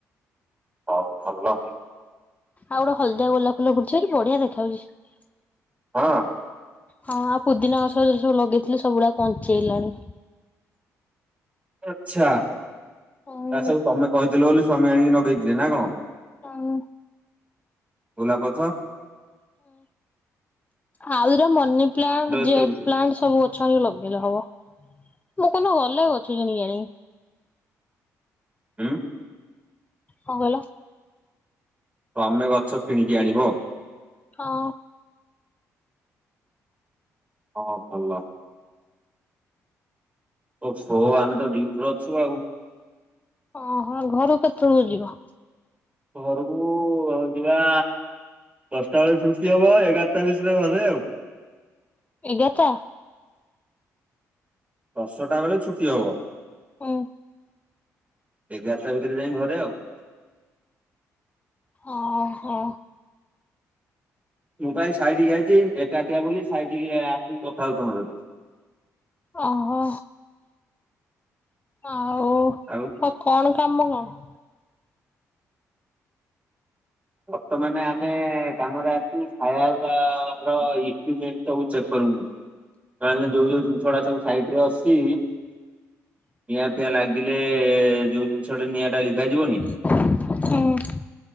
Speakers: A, on the right; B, on the left.
A: ହଉ ଭଲ।
B: ଆଉ ଗୋଟେ ହଳଦିଆ ଗୋଲାପ ଫୁଲ ଫୁଟିଛି ଭାରୀ ବଢିଆ ଦେଖା ଯାଉଛି।
A: ହଁ।
B: ହଁ ଆଉ ପୁଦିନା ଗଛ ଯୋଉ ସବୁ ଲଗେଇଥିଲି ସବୁ ଗୁଡା ବଞ୍ଚିଗଲାଣି।
A: ଆଛା
B: ହୁଁ
A: ତା ସବୁ ତମେ କହିଥିଲ ବୋଲି ସ୍ୱାମୀ ଆଣିକି ନଗେଇଥିଲେ ନା କଣ?
B: ହଁ।
A: ଚଲାପଥ।
B: ଆଉଗୁରା ମନି ପ୍ଲାଣ୍ଟ୍ ଜେଡ୍
A: ଏତେ ବୁଦ୍ଧି।
B: ପ୍ଲାଣ୍ଟ୍ ସବୁ ଅଛି। ଖାଲି ଲଗେଇଲେ ହବ ମୁଁ କୋଉ ଦିନ ଗଲେ ଗଛ ଚୋରି କରିକି ଆଣିବି।
A: ଉଁ।
B: କଁ କହିଲ?
A: ତମେ ଗଛ କିଣିକି ଆଣିବ?
B: ହଁ।
A: ହଁ ଭଲ। ଓ ଫୋ ଆମେ ତ ଡିଉଟିରେ ଅଛୁ ଆଉ।
B: ଓହୋ ଘରୁକୁ କେତେବେଳକୁ ଯିବ?
A: ଘରକୁ ଯିବା ଦଶଟା ବେଳେ ଛୁଟି ହବ ଏଗାରଟା ଭିତରେ ଘରେ ଆଉ।
B: ଏଗାର ଟା।
A: ଦଶଟା ବେଳେ ଛୁଟି ହବ।
B: ହଉ।
A: ଏଗାରଟା ଭିତରେ ଯାଇ ଘରେ ଆଉ।
B: ଓହୋ।
A: ମୁଁ ପା ଏଇ ସାଇଟିକି ଆଇଛି ଏକାଟିଆ ବୋଲି ସାଇଟିକି ଆସିକି କଥା ହଉଛି ତମ ସହିତ।
B: ଓହୋ ଆଉ।
A: ଆଉ।
B: ହଁ କଣ କାମ କଣ?
A: ବର୍ତ୍ତମାନ ଆମେ କାମରେ ଆସିଚୁ ଫାୟାର ର ଇକୁଉମେଣ୍ଟ ସବୁ ଚେକ୍ କରିବୁ। ମାନେ ଯୋଉ ଯୋଉ ଜିନିଷ ଗୁଡା ସବୁ ସାଇଟ ରେ ଅଛି। ନିଆଁ ଫିଆଁ ଲାଗିଲେ ଯୋଉ ଜିନିଷଟେ ନିଆଁ ଟା ଲିଭାଯିବନି।
B: ହୁଁ।